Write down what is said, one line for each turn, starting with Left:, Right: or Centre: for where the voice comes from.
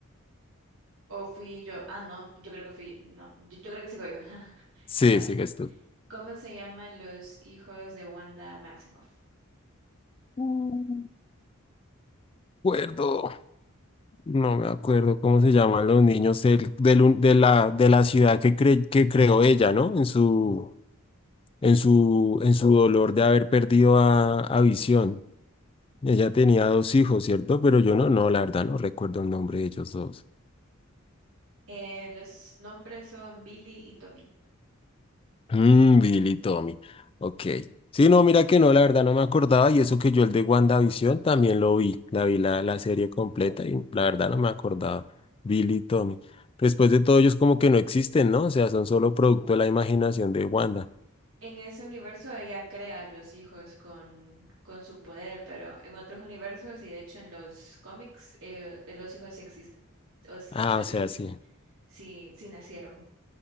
Right: o fui yo. Ah, no, yo creo que fui, no, yo, yo creo que sigo yo. <laughs>
Left: Sí,
Right: Bye.
Left: sigues tú.
Right: ¿Cómo se llaman los hijos de Wanda Maximoff?
Left: Mm, acuerdo. No me acuerdo cómo se llaman los niños del- del un- de la, de la ciudad que, cre- que creó ella, ¿no? En su... en su, en su dolor de haber perdido a, a Visión. Ella tenía dos hijos, ¿cierto? Pero yo no, no, la verdad no recuerdo el nombre de ellos dos.
Right: Eh, los nombres son Billy y Tommy.
Left: Mm, Billy y Tommy. Ok. Sí, no, mira que no, la verdad no me acordaba y eso que yo el de WandaVision también lo vi, la vi la, la serie completa y la verdad no me acordaba. Billy y Tommy. Después de todo ellos como que no existen, ¿no? O sea, son solo producto de la imaginación de Wanda.
Right: En ese universo ella crea a los hijos con, con su poder, pero en otros universos y de hecho en los cómics eh, eh, los hijos sí existen. O, s-
Left: Ah,
Right: o sea,
Left: o
Right: sí,
Left: sea,
Right: sí,
Left: sí.
Right: sí, sí nacieron